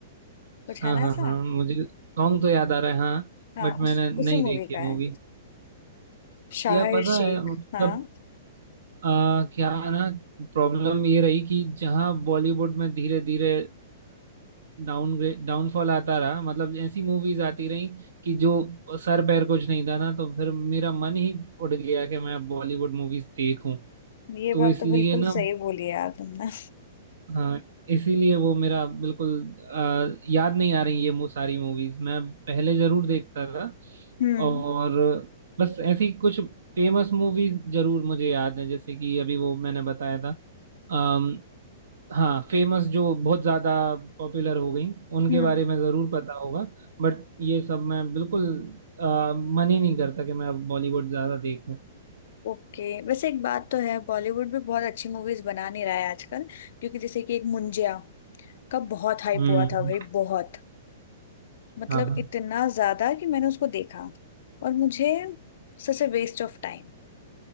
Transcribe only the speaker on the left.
कुछ
है ना
ऐसा
हाँ
उस
उसी
मूवी का
है शाहिर
शेख
हाँ
ये
बात
तो बिल्कुल
सही बोली यार तुमने
हम्म
हम्म
ओके वैसे एक बात तो है बॉलीवुड भी बहुत अच्छी मूवीज बना नहीं रहा है आजकल क्योंकि जैसे कि एक मुंजिया का बहुत हाइप
हुआ था भाई बहुत मतलब
इतना ज्यादा कि मैंने उसको देखा और मुझे such a waste of time